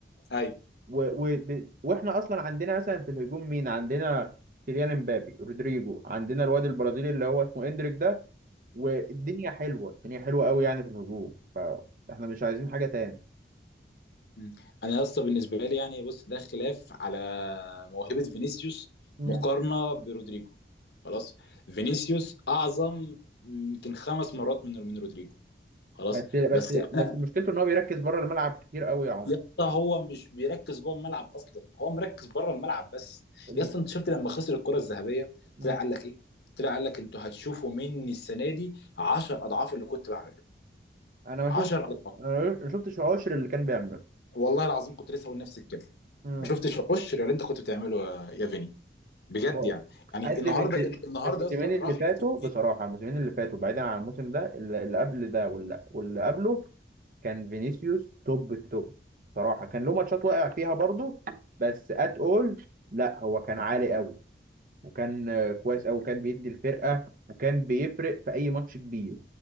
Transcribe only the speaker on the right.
و... و... ب... واحنا اصلا عندنا مثلا في الهجوم مين عندنا كيليان امبابي رودريجو عندنا الواد البرازيلي اللي هو اسمه اندريك ده والدنيا حلوه الدنيا حلوه قوي يعني في الهجوم فاحنا مش عايزين حاجه تاني
مم.
بس بس
بس مشكلته ان هو بيركز بره الملعب كتير قوي يا عمر
الم-
مم.
انا ما
شفت
انا ما شفتش عشر اللي كان بيعمله
مم.
هو
قدم
الت-
الموسمين
اللي
فاتوا
بصراحه الموسمين اللي فاتوا بعيدا عن الموسم ده اللي اللي قبل ده واللي واللي قبله كان فينيسيوس توب التوب بصراحه كان له ماتشات واقع فيها برضه بس ات اول لا هو كان عالي قوي وكان آه، كويس قوي وكان بيدي الفرقه وكان بيفرق في اي ماتش كبير